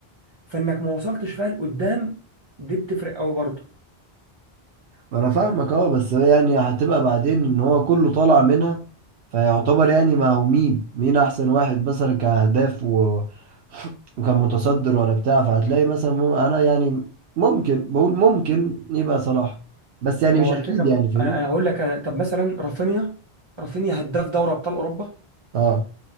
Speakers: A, on the right; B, on the right.
A: فانك ما وصلتش فيها لقدام دي بتفرق قوي برضه
B: انا فاهمك اه بس هي يعني هتبقى بعدين ان هو كله طالع منها فيعتبر يعني ما هو مين مين احسن واحد مثلا كاهداف و... <laughs> وكان متصدر ولا بتاع فهتلاقي مثلا مم... انا يعني ممكن بقول ممكن يبقى صلاح بس يعني
A: ما
B: مش
A: هو الفكره
B: اكيد
A: م-
B: يعني فاهمني
A: انا أنا هقول لك أنا طب مثلا رافينيا رافينيا هداف دوري ابطال اوروبا
B: اه